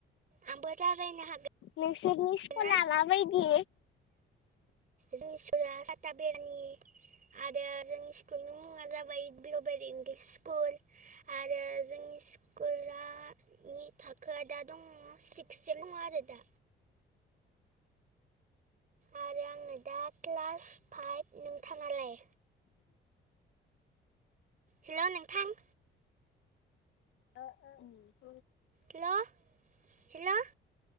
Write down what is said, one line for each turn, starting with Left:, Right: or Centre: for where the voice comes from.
Right: आंबो रायलायनो हागोन
Left: नोंसोरनि स्कुला
Right: ना
Left: माबायदि
Right: जोंनि सका साता बेरनि आरो जोंनि स्कुलनि मुङा जाबाय बियबड इंलिस स्कुल आरो जोंनि हाइ स्कुलनि थाखोआ दा दङ सिक्सस दङ आरो दा आरो आङनो दा क्लास फाइभ नोंथाङालाय हेल' नोंथां
Left: <inaudible>
Right: हेल' हेल'